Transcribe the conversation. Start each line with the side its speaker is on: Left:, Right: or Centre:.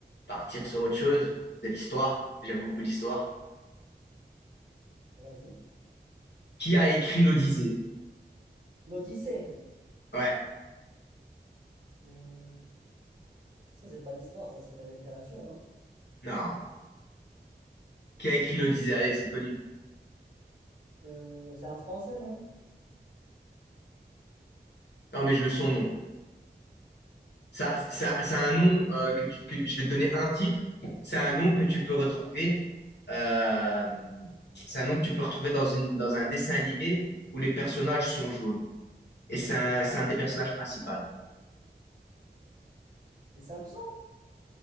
Left: partir sur autre chose, de l'histoire. J'aime beaucoup l'histoire.
Right: Vas-y.
Left: Qui a écrit l'Odyssée?
Right: L'Odyssée.
Left: Ouais,
Right: Hmm, Ça, c'est pas l'histoire, ça, c'est de la littérature, non?
Left: non. Qui a écrit l'Odyssée? Allez, c'est connu.
Right: Euh, c'est un français, non?
Left: Non, mais je veux son nom. Ça, ça, c'est un nom euh, que, tu- que je vais te donner un type. C'est un nom que tu peux retrouver. euh, c'est un nom que tu peux retrouver dans une, dans un dessin animé où les personnages sont jaunes. Et c'est un, c'est un des personnages principaux.
Right: Les Simpsons?